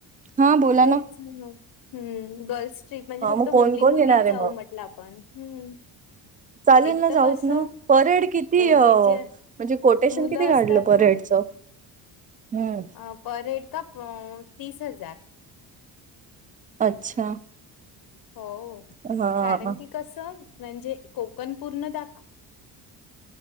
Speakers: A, on the right; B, on the left.
A: हा बोला
B: तेच.
A: ना.
B: <unintelligible> हम्म गर्ल्स ट्रीप म्हणजे
A: हा
B: फक्त
A: मग कोण
B: मुली
A: कोण
B: मुलीच
A: येणार आहे
B: जाऊ
A: मग
B: म्हटलं आपण हम्म.
A: चालेल
B: एक
A: ना
B: तर
A: जाऊत
B: कसं
A: ना परहेड किती अ
B: हे
A: म्हणजे
B: जे
A: कोटेशन
B: मुलं
A: किती काढलं
B: असतात
A: परहेडचं?
B: ना
A: हम्म.
B: अ पर हेड का प तीस हजार.
A: अच्छा!
B: हो
A: हा
B: कारण की कसं म्हणजे कोकण पूर्ण दाखव